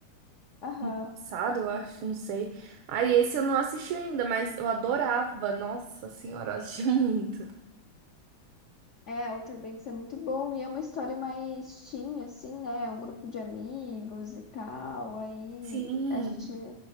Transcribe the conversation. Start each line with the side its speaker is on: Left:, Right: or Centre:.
Left: Aham.
Right: Passado, eu acho, não sei. Aí esse eu não assisti ainda, mas eu adorava. Nossa senhora, eu assisti <laughs> muito.
Left: É, Outer Banks é muito bom e é uma história mais teen, assim, né? É Um grupo de amigos e tal. Aí
Right: Sim,
Left: a gente